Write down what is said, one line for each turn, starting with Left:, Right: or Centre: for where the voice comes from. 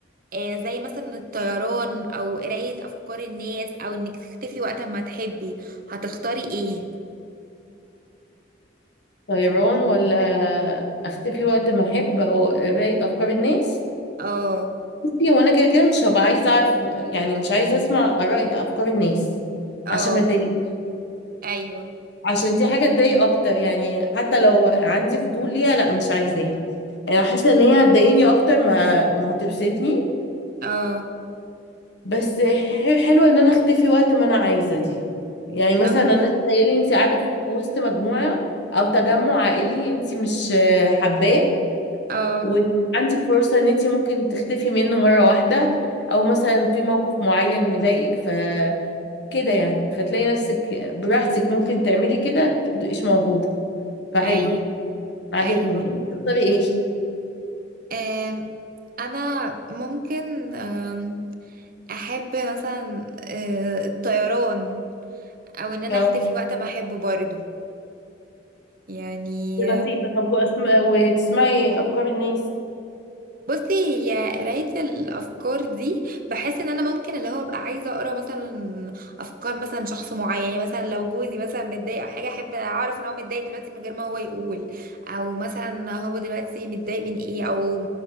Right: آه، زي مثلا الطيران او قراية افكار الناس او انك تختفي وقت ما تحبي هتختاري ايه
Left: طيران ولا اختفي وقت ما احب او قرايه افكار الناس
Right: اه
Left: بصي هو انا كده كده مش هبقى عايزه اعرف يعني مش عايزه اسمع اراء افكار الناس
Right: اه
Left: عشان ما اتضايق
Right: ايوه
Left: عشان دي حاجه تضايق اكتر يعني حتى لو عندي فضول ليها لا مش عايزاها يعني حاسه ان هي هتضايقني اكتر ما ما هتبسطني
Right: اه
Left: بس ح- حلوة ان انا اختفي وقت ما انا عايزة دي يعني مثلا
Right: اه
Left: انا تخيلي انت قاعدة في وسط مجموعة او تجمع عائلي انت مش آه، حباه
Right: آه،
Left: وعندك فرصة ان انت ممكن تختفي منه مرة واحدة او مثلا في موقف معين مضايقك فكده يعني فتلاقي نفسك براحتك ممكن تعملي كده تبقيش موجودة فحلو
Right: ايوه
Left: عجبني
Right: ايوه
Left: انت تختاري ايه؟
Right: آم، انا ممكن أم، احب مثلا أه، الطيران او ان انا
Left: اه
Right: اختفي وقت ما احبه برضو يعني
Left: دي لطيفة طب وأسماء وتسمعي افكار الناس
Right: بصي هي قراية الأفكار دي بحس إن أنا ممكن اللي هو أبقى عايزة أقرأ مثلا أفكار مثلا شخص معين يعني مثلا لو جوزي مثلا متضايق أو حاجة أحب أعرف إن هو متضايق دلوقتي من غير ما هو يقول أو مثلا هو دلوقتي متضايق من إيه أو